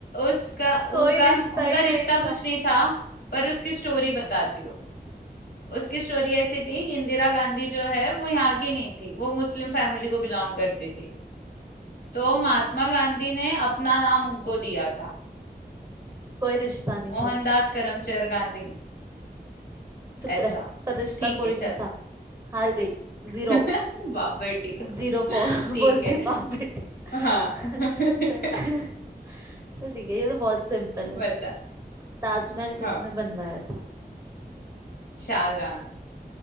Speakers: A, on the left; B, on the right.
A: उसका
B: कोई
A: उनका
B: रिश्ता
A: उनका
B: ही नहीं
A: रिश्ता
B: था
A: कुछ नहीं था पर उसकी स्टोरी बताती हूँ उसकी स्टोरी ऐसी थी कि इंदिरा गांधी जो है वो यहाँ की नहीं थी वो मुस्लिम फैमिली को बिलोंग करती थी तो महात्मा गांधी ने अपना नाम उनको दिया था
B: कोई रिश्ता नहीं
A: मोहनदास
B: था
A: करमचंद गांधी
B: चुप
A: ऐसा
B: रह पर रिश्ता
A: ठीक
B: कोई
A: है चल
B: नहीं था हार गई
A: <laughs>
B: जीरो
A: बाप बेटी का
B: Zero four <laughs>
A: ठीक
B: बोलती
A: है
B: बाप बेटी
A: हाँ
B: <laughs>
A: <laughs>
B: चल चल ठीक है ये तो बहुत सिंपल है
A: बता
B: ताजमहल
A: हाँ
B: किसने बनवाया था
A: शाहजहां